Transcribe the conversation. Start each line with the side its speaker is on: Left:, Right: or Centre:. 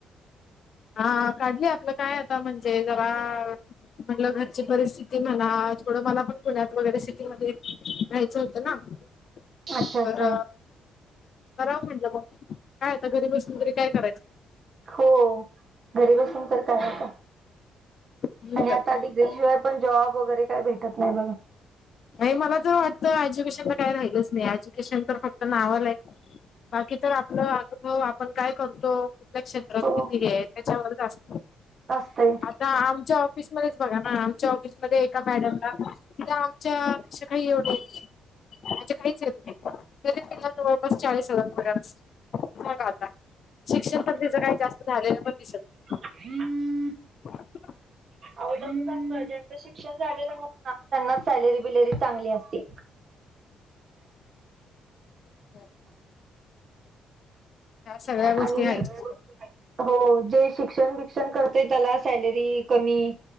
Left: हा काढली आपलं काय आता म्हणजे जरा म्हटलं घरची परिस्थिती म्हणा थोडं मला पण पुण्यात वगैरे सिटीमध्ये राहायचं होतं ना?
Right: अच्छा
Left: तर
Right: अच्छा
Left: करावं म्हटलं मग काय आता घरी बसून तरी काय करायचं?
Right: हो घरी बसून तर काय आता
Left: म्हणून
Right: आणि
Left: तर
Right: आता डिग्री शिवाय पण जॉब वगैरे काही भेटत नाही बघा.
Left: नाही मला तर वाटत एज्युकेशनला काय राहिलंच नाही एज्युकेशन तर फक्त नावाल आहे. बाकी तर आपलं अनुभव आपण काय करतो? कुठल्या क्षेत्रात
Right: हो
Left: किती हे त्याच्यावरच असतं,
Right: असते
Left: आता आमच्या ऑफिस मधेच बघा ना आमच्या ऑफिसमध्ये एका मॅडमला तिला आमच्या पेक्षा काही एवढं येत नाही. म्हणजे काहीच येत नाही तरी तिला जवळपास चाळीस हजार पगार असेल. बघा आता शिक्षण पण तीच काही जास्त झालेलं पण दिसत
Right: <inaudible>
Left: <inaudible>
Right: अव तसंच असतं ज्याचं शिक्षण झालेलं नसतं त्यांना सॅलरी बिलरी चांगली असते.
Left: <unintelligible> ह्या सगळ्या गोष्टी
Right: आणि
Left: आहेत
Right: हो, जे शिक्षण बिक्षण करते त्याला सॅलरी कमी